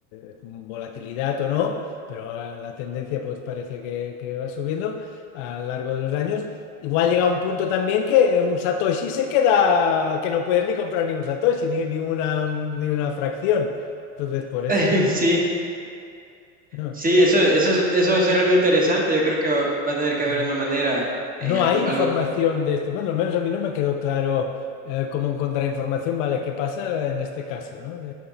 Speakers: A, on the left; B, on the right.
A: eh, volatilidad o no, pero ah, la tendencia pues parece que, que va subiendo a lo largo de los años, igual llega un punto también que un Satoshi se queda, que no puedes ni comprar ni un Satoshi, ni, ni una, ni una fracción. Entonces, por eso
B: <laughs>
A: digo,
B: sí,
A: no.
B: sí, eso, eso, es- eso va a ser algo interesante. Yo creo que va, va a tener que haber
A: Eh,
B: una manera, eh,
A: no
B: algo,
A: hay información
B: algo.
A: de esto. Bueno, al menos a mí no me quedó claro eh, cómo encontrar información. Vale, ¿qué pasa en este caso, ¿no? De,